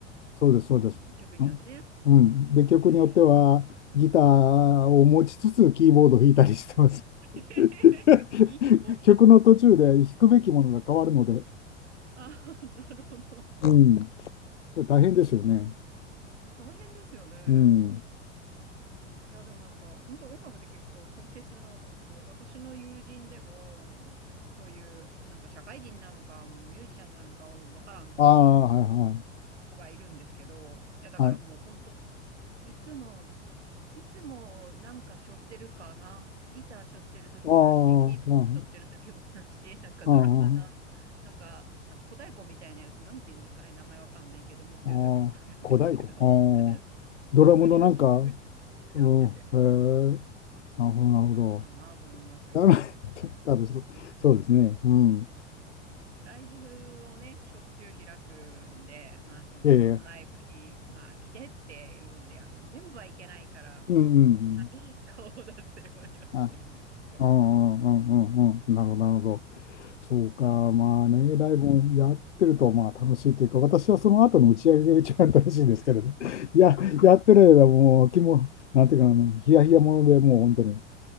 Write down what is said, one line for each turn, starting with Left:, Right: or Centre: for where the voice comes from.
Left: そうです、そうです。
Right: うんうん、曲によってね。
Left: うん。
Right: うんうんうん。
Left: うんで、曲によっては、
Right: へえ。
Left: ギターを持ちつつ、キーボードを弾いたりしてます。
Right: <laughs>
Left: <laughs>
Right: 器用な。
Left: 曲の途中で弾くべきものが変わるので、
Right: ああ、なるほど。
Left: うん、大変ですよね。
Right: 大変ですよね。
Left: うん。
Right: いや、でもなんか、本当音楽できる人を尊敬するなと思ってて、私の友人でも、あの、そういう、なんか社会人なのか、ミュージシャンなのかわからんっていう
Left: ああ、はい
Right: 子がいるんですけど、いや、だからもう本当
Left: はい。はい。
Right: いつも、いつもなんか背負ってるかな。ギター背負ってる時もあるし、
Left: ああ、
Right: キーボード背負ってる時もあるし、<laughs> なんかドラムの、
Left: ああ、
Right: なんか、なんか小太鼓みたいなやつ、なんて言うんですかね、名前わかんないけど、持ってる時もあるんですけど、
Left: ああ、小太鼓。ああ、ドラムのなんか、
Right: <laughs> 私、四六時中やってて、
Left: うん、へえ、なるほど、なるほど。
Right: 楽しそうだなと思いますよ。
Left: だめ、<laughs> 多分そ、そうですね。うん。
Right: ライブをね、しょっちゅう開くんで、まあ、その、
Left: ええ、
Right: ライブに、まあ、来てっていうんで、あの、全部はいけないから、
Left: うん、うん、
Right: たまに顔を出すようにはしてるんですけど。
Left: うん。あ、うん、うん、うん、うん、うんなるほど、なるほど。そうか、まあね、ライブもやってるとまあ楽しいというか、私はその後の打ち上げが一番楽しいんですけどね。<laughs> いや、やってる間もう気も、なんていうかな、あのヒヤヒヤものでもう本当に、